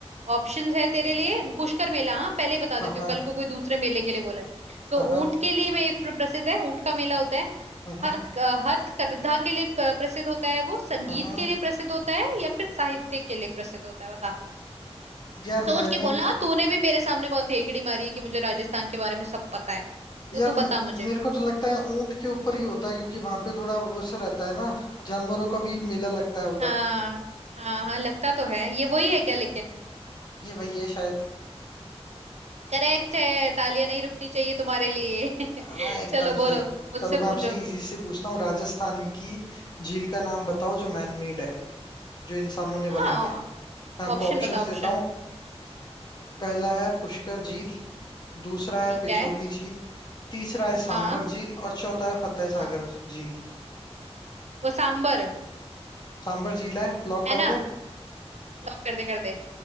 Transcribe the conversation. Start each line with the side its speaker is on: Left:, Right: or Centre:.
Right: ऑप्शंस है तेरे लिए पुष्कर मेला हाँ पहले ही बता देती
Left: हाँ हाँ
Right: हूँ कल को कोई दूसरे मेले के लिए बोला है तो
Left: हाँ हाँ
Right: ऊंट के लिए में प्र- प्रसिद्ध है ऊंट का मेला होता है
Left: हम्म,
Right: हथ हथकरघा के लिए प- प्रसिद्ध होता है वो संगीत
Left: हम्म।
Right: के लिए प्रसिद्ध होता है या फिर साहित्य के लिए प्रसिद्ध होता है बता
Left: यार
Right: सोच
Left: मैंने
Right: के बोलना तूने भी मेरे सामने बहुत हेकड़ी मारी है कि मुझे राजस्थान के बारे में सब पता है
Left: यार
Right: तो तू बता मुझे
Left: मेरे को तो लगता है ऊंट के ऊपर ही होता है क्योंकि वहां पे थोड़ा वो सा रहता है ना जानवरों का भी मेला लगता है उधर
Right: हाँ हाँ हाँ लगता तो है ये वही है क्या लेकिन
Left: ये वही है शायद
Right: करेक्ट है तालियां नहीं रुकनी चाहिए तुम्हारे लिए <laughs>
Left: है ना एकदम
Right: चलो
Left: सही
Right: बोलो मुझसे
Left: चलो मैं आपसे
Right: पूछो
Left: इजी से पूछता हूँ राजस्थान की झील का नाम बताओ जो मैन मेड है जो इंसानों ने
Right: हाँ
Left: बनाई है मैं आपको
Right: ऑप्शन
Left: ऑप्शंस
Right: बताओ ऑप्शन
Left: देता हूँ अ, पहला है पुष्कर झील दूसरा है
Right: ठीक
Left: पिछोली
Right: है
Left: झील तीसरा है सांबर
Right: हाँ
Left: झील और चौथा है फतेह
Right: हाँ
Left: सागर झील
Right: वो सांबर
Left: सांबर झील है लॉक
Right: है
Left: कर
Right: ना
Left: दूं
Right: लॉक कर दे कर दे